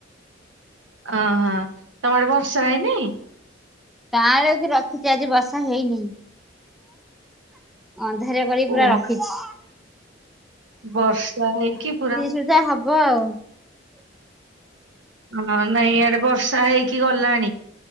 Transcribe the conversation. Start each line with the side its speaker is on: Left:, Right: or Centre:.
Right: ଅହ ତମ ଆଡେ ବର୍ଷା ହେଇନି।
Centre: କାଆଁଳେଇକି ରଖିଚି ଆଜି ବର୍ଷା ହେଇନି। ଅନ୍ଧାରିଆ କରିକି
Right: କୁହରେ
Centre: ପୁରା ରଖିଚି।
Right: ବର୍ଷା ହେଇକି ପୁରା
Centre: ସୁବିଧା ହବ ଆଉ।
Right: ହଁ ନାଇଁ ଇଆଡେ ବର୍ଷା ହେଇକି ଗଲାଣି।